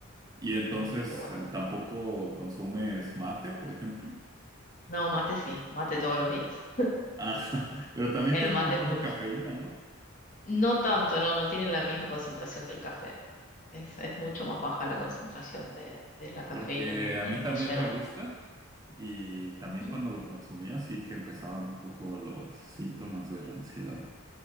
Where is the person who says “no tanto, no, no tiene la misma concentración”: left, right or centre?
Left